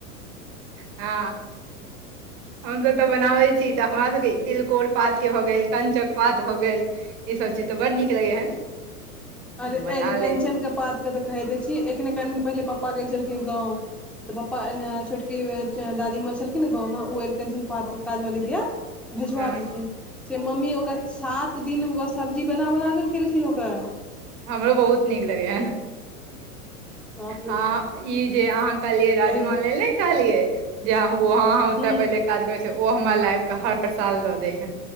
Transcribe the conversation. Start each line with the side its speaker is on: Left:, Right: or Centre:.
Right: आ हमसभ तऽ बनाबै छी तऽ हमरासभके तिलकोर पातके भऽ गेल अरकंचन पात भऽ गेल ई सब चीज तऽ बड़ नीक लगै हन
Centre: अरे
Right: हम बना
Centre: अर कंचनक
Right: लै
Centre: के पात के तऽ कहे देे छी एखने कनि दिन पहिले पापा गेल छलखिन गाँव तऽ पप्पा एन छोटकी दादी माँ छलखिन ने गाँवमे ओ एलखिन पात काजवाली दिया। भेजबा
Right: छी। हँ
Centre: देलखिन से मम्मी ओकरा सात दिन ओ सब्जी बना बनाकऽ खेलखिन ओकरा
Right: हमरो बहुत नीक लगय हन।
Centre: <inaudible>
Right: अ ई जे अहाँ कहलियए राजमा
Centre: कहियो
Right: ले ने कहलियै जे ओह ओते
Centre: हूँ
Right: पहिले काज करै छै ओ हमर लाएवके हर साल दऽ दै हन